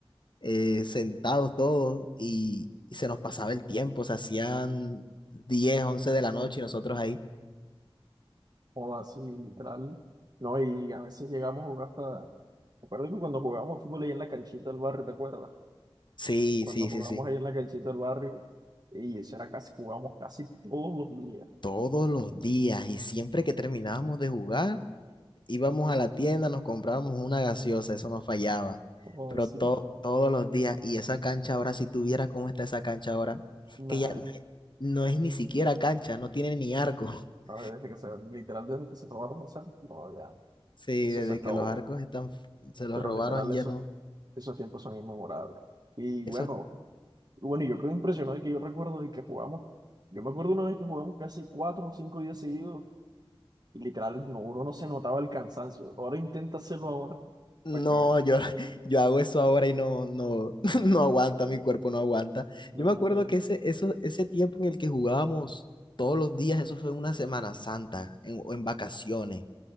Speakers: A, on the left; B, on the right.
A: eh, sentados todos, y, y se nos pasaba el tiempo, se hacían 10, 11 de la noche y nosotros ahí.
B: o así, literal. No, y a veces llegamos a jugar hasta. Me acuerdo que cuando jugábamos fútbol ahí en la canchita del barrio, ¿te acuerdas?
A: Sí,
B: cuando
A: sí,
B: jugamos
A: sí, sí.
B: ahí en la canchita del barrio, y eso era casi, jugamos casi todos los días.
A: todos los días y siempre que terminábamos de jugar, íbamos a la tienda, nos comprábamos una gaseosa, eso no fallaba,
B: Como
A: pero
B: así,
A: to- todos los días y esa cancha ahora, si tuviera cómo está esa cancha ahora,
B: nada,
A: que ya no, es no es ni siquiera cancha, no tiene ni arco. <laughs>
B: no, desde que se, literal, desde que se probó a almorzar, no, ya,
A: Sí,
B: eso
A: desde
B: se acabó.
A: que los arcos están, se los
B: Pero
A: robaron
B: literal, eso,
A: ya no.
B: esos tiempos son inmemorables. Y bueno,
A: Esos
B: bueno, y yo quedé impresionado de que yo recuerdo de que jugamos, yo me acuerdo una vez que jugamos casi cuatro o cinco días seguidos, y literal, no, uno no se notaba el cansancio. Ahora intenta hacerlo ahora,
A: No,
B: para que vean.
A: yo, <laughs> yo hago eso ahora y no, no, <laughs> no aguanta, mi cuerpo no aguanta.
B: No,
A: Yo me
B: nada,
A: acuerdo que ese, eso, ese tiempo en el que jugábamos todos los días, eso fue una Semana Santa en, o en vacaciones,